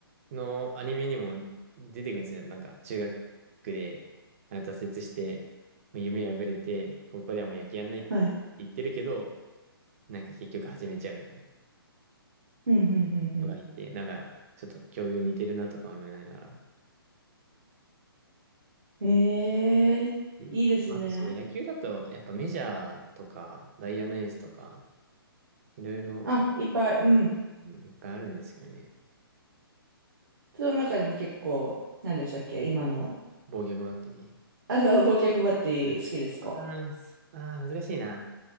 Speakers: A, on the right; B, on the right.
A: のアニメにも出てくるんですよ。なんか、中学で、なんか挫折して、もう夢破れて、高校ではもう野球やんないって言ってるけど、
B: はい。
A: なんか結局始めちゃうみたいな
B: うん、うん、うん、
A: のがいて、なんか、ちょっと境遇似てるなとか思いながら、
B: うん。ええー、
A: であとその野球だと、
B: いいですね。
A: やっぱメジャーとか、ダイヤのエースとか、いろいろ、
B: あ、いっぱい、うん。
A: うんいっぱいあるんですけどね。
B: その中でも結構、何でしたっけ今の。
A: 防御バッテリ
B: あ、そう、忘却バッテリー好きですか
A: ー。あーそあー、難しいな。